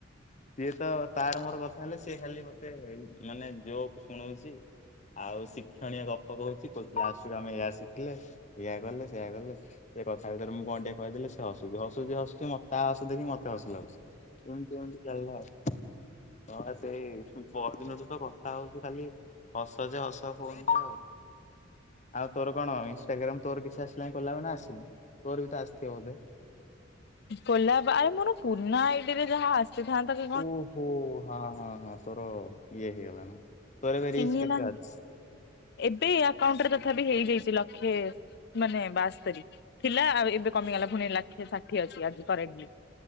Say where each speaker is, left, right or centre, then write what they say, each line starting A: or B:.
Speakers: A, on the left; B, on the left.
A: ସିଏ ତ ତାର ମୋର କଥା ହେଲେ ସିଏ ଖାଲି ମତେ ମାନେ ଜୋକ୍ ଶୁଣଉଛି। ଆଉ ଶିକ୍ଷଣୀୟ ଗପ କହୁଛି କହୁଥିଲି ଆସୁ ଆମେ ଏଇଆ ଶିଖିଲେ। ଏଇଆ କଲେ ସେଇଆ କଲେ, ସେ କଥା ଭିତରେ ମୁଁ କଣ ଟିକେ କହିଦେଲି, ସେ ହସୁଛି ହସୁଛି ହସୁଛି ମତେ ତା ହସ ଦେଖିକି ମତେ ହସ ଲାଗୁଚି ଏମିତି ଏମିତି ଚାଲିଲା ଆଉ। ହଁ ସେଇ ପରଦିନଠୁ ତ କଥା ହଉଛି ଖାଲି ହସ ଯେ ହସ, ଫୋନ୍ ରେ ଆଉ ଆଉ ତୋର କଣ ଇନଷ୍ଟାଗ୍ରାମ, ତୋର କି ଆସିଲା କଲାବେ ନା ଆସିନି? ତୋର ବି ଆସିିଥିବ ବୋଧେ।
B: କୋଲା, ଆରେ ମୋ ପୁରୁନା ଆଇଡିରେ ଯାହା ଆସ ସିଦ୍ଧାନ୍ତ <unintelligible>
A: ଓହୋ, ହଁ ହଁ ହଁ! ତୋର ଇଏ ହେଇଗଲା ନା? ତୋର ଏବେ
B: ଚିହ୍ନି
A: ରିଚ କେତେ
B: ନା
A: ଅଛି?
B: ଏବେ ଆକାଉଣ୍ଟ ରେ ତଥାପି ହେଇଯାଇଛି ଲକ୍ଷେ। ମାନେ ବାସ୍ତରୀ ଥିଲା, ଆଉ ଏବେ କମିଗଲା ପୁଣି ଲକ୍ଷେ ଷାଠିଏ ଅଛି। ଆଜି କରେଣ୍ଟ ଲି